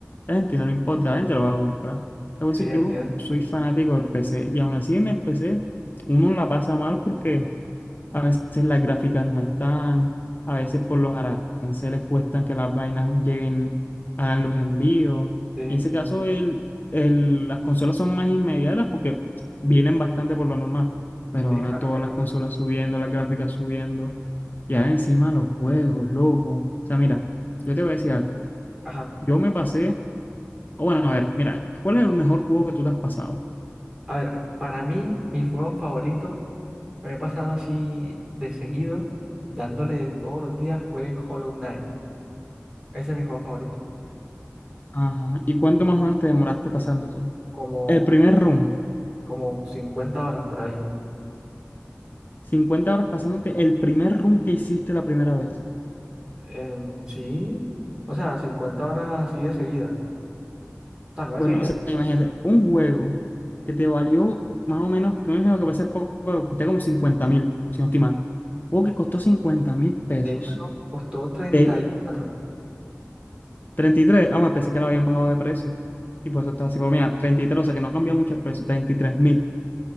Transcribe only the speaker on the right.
sí, así
es.
Sí,
sí,
claro,
claro.
Ajá.
A ver, para mí, mi juego favorito, me he pasado así de seguido, dándole todos los días, fue Hollow Knight. Ese es mi juego favorito.
Como,
como 50 horas por ahí.
En sí, o sea, 50 horas así de seguida. O sea, no de
seguida.
De hecho, no, costó treinta
y cuatro